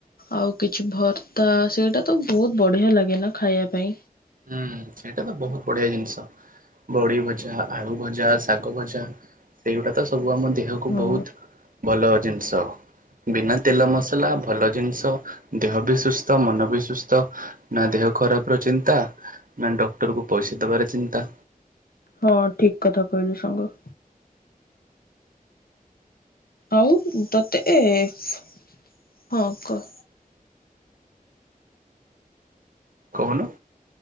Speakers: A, on the left; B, on the right.
A: ଆଉ କିଛି ଭର୍ତ୍ତା ସେଇଟା ତ ବୋହୁତ୍ ବଢ଼ିଆ ଲାଗେ ନା ଖାଇବା ପାଇଁ?
B: ହୁଁ ସେଇଟା ତ ବୋହୁତ୍ ବଢିଆ ଜିନ୍ସ। ବଢ଼ି ଭଜା, ଆଳୁ ଭଜା, ଶାଗ ଭଜା, ସେଇଗୁଡା ତ ସବୁ ଆମ ଦେହକୁ
A: ହଁ
B: ବୋହୁତ୍ ଭଲ ଜିନ୍ସ। ବିନା ତେଲ ମସଲା ଭଲ ଜିନ୍ସ, ଦେହ ବି ସୁସ୍ଥ ମନ ବି ସୁସ୍ଥ। ନା ଦେହ ଖରାପ ର ଚିନ୍ତା ନା ଡକ୍ଟରକୁ ପଇସା ଦବାର ଚିନ୍ତା।
A: ହଁ ଠିକ୍ କଥା କହିଲୁ ସାଙ୍ଗ। ଆଉ ତତେ, ଏ -ହଁ କହ
B: କହୁନୁ?